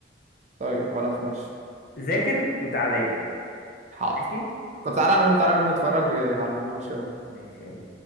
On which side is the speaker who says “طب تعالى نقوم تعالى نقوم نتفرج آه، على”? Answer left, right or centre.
Right